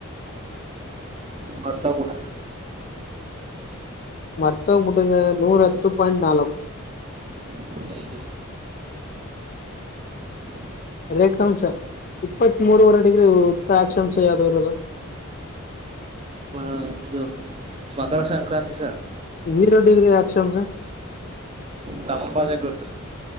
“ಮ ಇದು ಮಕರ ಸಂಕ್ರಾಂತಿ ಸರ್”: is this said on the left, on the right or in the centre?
Right